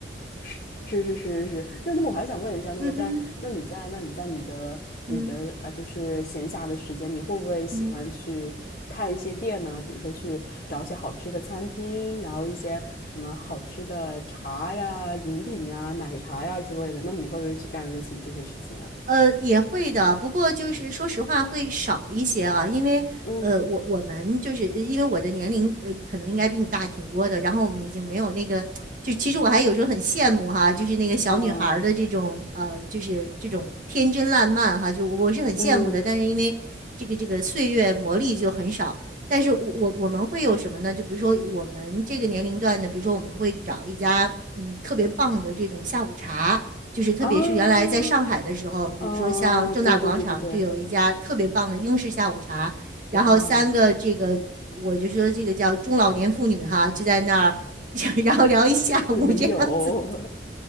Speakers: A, on the left; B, on the right.
A: 是是是是是，那那么我还想问一下，那么在那你在那你在你的你的啊，
B: 嗯嗯嗯
A: 就是闲暇的时间，你会不会喜欢去探一些店呢？
B: 嗯。
A: 比如说去找一些好吃的餐厅，然后一些什么好吃的茶呀、饮品呀、奶茶呀之类的。那么你会不会去干类似于这些事情呢？
B: 呃，也会的，不过就是说实话会少一些啊，因为呃，
A: 嗯
B: 我我们就是因为我的年龄呃，可能应该比你大挺多的，然后我们已经没有那个，就其实我还有时候很羡慕哈，就是那个小女孩儿的这种呃，
A: 嗯
B: 就是这种天真烂漫哈，就我我是很羡慕的，
A: 嗯
B: 但是因为这个这个岁月磨砺就很少，但是我我我们会有什么呢？就比如说我们这个年龄段的，比如说我们会找一家嗯特别棒的这种下午茶。就是特别是原来在上海的时候，
A: 啊
B: 比如说像正大广场就有一家特别棒的英式下午茶，
A: 啊，对对对对对，
B: 然后三个这个我就说这个叫中老年妇女哈，
A: 哇，
B: 就在那儿，<laughs> 然后聊一下午这样子，
A: 也没有，